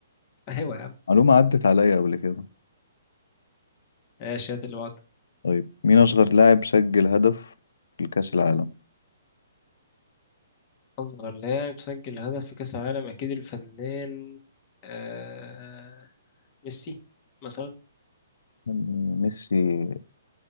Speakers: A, on the left; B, on the left.
A: <laughs> ايوه يا عم
B: معلومة عدت عليا قبل كده
A: ماشي هات اللي بعده
B: طيب مين أصغر لاعب سجل هدف في كأس العالم؟
A: اصغر لاعب سجل هدف في كاس العالم اكيد الفنان آه... ميسي مثلا
B: يعني ميسي